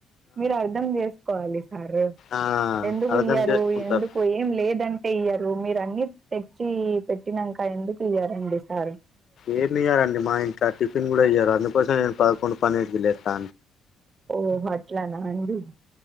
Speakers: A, on the right; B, on the left.
A: మీరు అర్ధం చేసుకోవాలి సారు
B: ఆ
A: ఎందుకు
B: అర్థం
A: ఇయ్యరు
B: చేసుకుంటారు
A: ఎందుకు ఏం లేదంటే ఇయ్యరు మీరన్ని తెచ్చి పెట్టినంక ఎందుకు ఇయరండి సారు
B: ఏమి ఇయ్యంరడి మా ఇంట్ల టిఫిన్ గుడా ఇయ్యరు అందుకోసమే నేను పదకొండు పన్నెండుకు లేస్తా
A: ఓ అట్లనా అండి